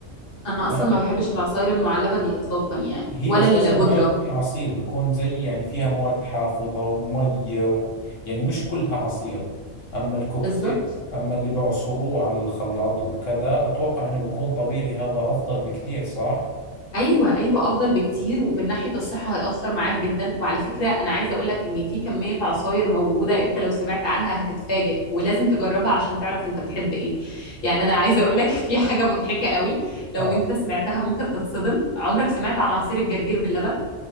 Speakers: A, on the left; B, on the left.
A: انا اصلا
B: ما
A: ما
B: بت...
A: بحبش العصاير المعلبة دي اطلاقا يعني
B: هي
A: ولا
B: اساسا
A: البودرة
B: ما بتكون عصير بكون زي يعني فيها مواد حافظة ومية و... يعني مش كلها عصير اما الكوكتيل
A: بالظبط
B: اما اللي بعصروه على الخلاط وكذا اتوقع انه بكون طبيعي هذا افضل بكثير صح؟
A: ايوه ايوه افضل بكتير ومن ناحيه الصحه هيأثر معاك جدا وعلى فكره انا عايزه اقول لك ان في كميه عصاير موجوده انت لو سمعت عنها هتتفاجئ ولازم تجربها عشان تعرف انت بتحب ايه يعني انا عايزه اقول لك في حاجه مضحكه قوي لو
B: اه
A: انت سمعتها ممكن تتصدم عمرك سمعت عن عصير الجرجير باللبن